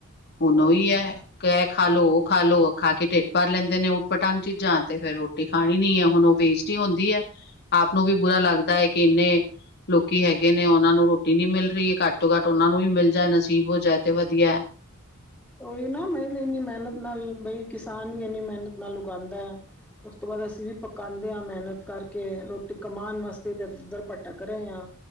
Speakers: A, on the left; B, in the centre.
A: ਹੁਣ
B: ਉਹੀ
A: ਓਈ
B: ਆ
A: ਐ ਕਿ ਐ ਖਾ ਲੋੋ ਓ ਖਾ ਲੋ, ਖਾ ਕੇ ਢਿੱਡ ਭਰ ਲੈਂਦੇ ਨੇ ਓ। ਪਟੰਗ ਚੀਜ਼ਾਂ ਤੇ ਫੇਰ ਰੋਟੀ ਖਾਣੀ ਨੀ ਐ, ਹੁਣ ਓ ਵੇਸਟ ਈ ਹੁੰਦੀ ਐ। ਆਪ ਨੂੰ ਵੀ ਬੁਰਾ ਲੱਗਦਾ ਐ ਕਿ ਇੰਨੇ ਲੋਕੀ ਹੈਗੇ ਨੇ, ਓਨਾਂ ਨੂੰ ਰੋਟੀ ਨੀ ਮਿਲ ਰੀ। ਘੱਟ ਤੋਂ ਘੱਟ ਓਨਾ ਨੂੰ ਵੀ ਮਿਲ ਜਾਏ, ਨਸੀਬ ਹੋ ਜਾਏ ਤੇ ਵਧੀਆ।
B: ਓਈ ਨਾ ਮ ਲਈ ਇੰਨੀ ਮੈਨਤ ਨਾਲ, ਬਈ ਕਿਸਾਨ ਵੀ ਐਨੀ ਮੈਨਤ ਨਾਲ ਉਗਾਂਦਾ ਐ। ਉਸ ਤੋਂ ਬਾਦ ਅਸੀਂ ਵੀ ਪਕਾਂਦੇ ਆਂ ਮੈਨਤ ਕਰਕੇ, ਰੋਟੀ ਕਮਾਣ ਵਾਸਤੇ ਤੇ ਏਧ ਓਧਰ ਭਟਕ ਰ‌ਏ ਆਂ।